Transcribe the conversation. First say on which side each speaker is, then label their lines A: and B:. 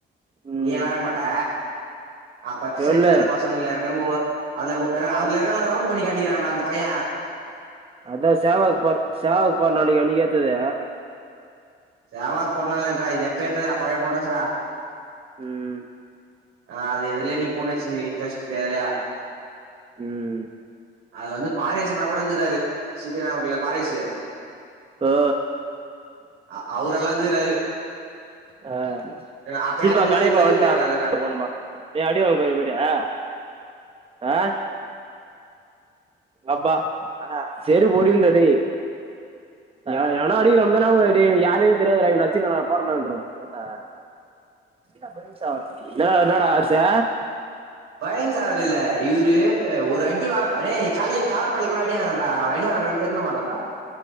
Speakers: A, on the right; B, on the right.
A: ம்
B: நீ எல்லா இருக்க மாட்ட ஆ பத்
A: சொல்லு
B: செட்ல இருந்த பசங்கள்ல இருக்க ஒவ்வொ அந்த உ என்ல அதுல
A: அ
B: இருக்க எல்லா ரவுன் ட் பண்ணி காட்டிக்றான்டா அந்த பய
A: அதா சேவாக் பாரு சேவாக் பாரு நாளைக்கு அன்னைக் எத்தது
B: சேவாக் பண்ணதில்லடா இது எப்பெ எடுத்துதுடா பழைய ஃபோட்டோஸ் டா
A: ம்
B: ஆ அது எதுலயோ நீ போட்டு வச்ருந்ருக்கிங்க ஃபேஸ்புக்லயோ எதுலயோ
A: ம்
B: அதுல வந்து பாரேசன்னா கூட இருந்துகிறாரு சிவிரா ஓட்டல்ல பாரேசு
A: ஓ
B: ஆ அவ்ரெல்லா இந்துகிறாரு
A: ஆ
B: அப்ப
A: திப்பா
B: யாரு உங்க
A: காளியப்பா
B: ஊர்ல பெரியவங்க
A: வன்ட்டா
B: யாராரு இருக்காங்க
A: போணுமா ஏ அடி வாங்க போயிர போய்டியா அ அப்பா ஆனா செடு முடில டேய் யாரயானே அடிக்கிறோம்தா ஞாபக வர்து யாரையு தெரியாதரா இவன அச்சுக்கனா பாருனான்ருவ போட்டா என்னட என்னடா ஆச்சு
B: பயன் சாவார்ல்ல இவரு ஒரு அடி வாங் அடே காலே காவ பட்ல கூட ங்கயே நில்டா அவ அடி வாங்கற வரைக் திருந்த மாட்டான்டா